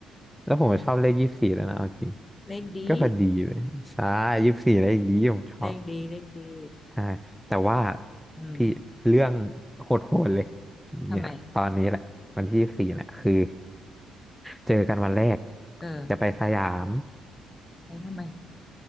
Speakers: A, in the centre; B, on the left.
A: แล้วผมก็ชอบเลขยี่สี่แล้วนะเอาจริง
B: เลขดี
A: ก็พอดีเลยใช่ยี่สี่เลขนี้ผมชอบ
B: เลขดีเลขดี
A: ใช่แต่ว่า
B: อืม
A: พี่เรื่องโหดๆเลย
B: ทำไม
A: เนี่ยตอนนี้แหละวันที่สี่เนี่ยคือเจอกันวันแรก
B: เออ
A: จะไปสยาม
B: ไม่ทำไม